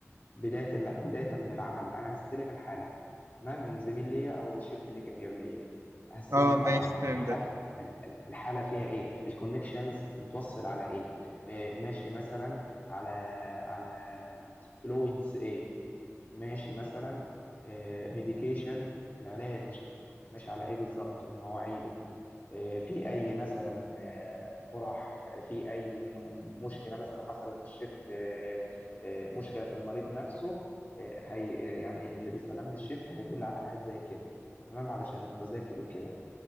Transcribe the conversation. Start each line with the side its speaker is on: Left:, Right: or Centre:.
Left: بداية الع- بداية من العمل أنا هستلم الحالة تمام من زميل ليا أو الشيفت اللي كان جاب ليا هستلم
Right: اه ماشي
Left: طبعا
Right: فهمتك
Left: الحالة الحالة فيها إيه الكونكشنز متوصل على إيه إيه، ماشي مثلا على على فلويدز إيه ماشي مثلا ميديكيشن العلاج ماشي على إيه بالظبط ومواعيده آه، في اي مثلا آه، قرح آه، في اي م- مشكله مثلا حصلت في الشيفت آه، آه، مشكله في المريض نفسه آه، هي آه، يعني اللي بيسلمني الشيفت هيقول لي على حاجات زي كده تمام علشان التذاكر وكده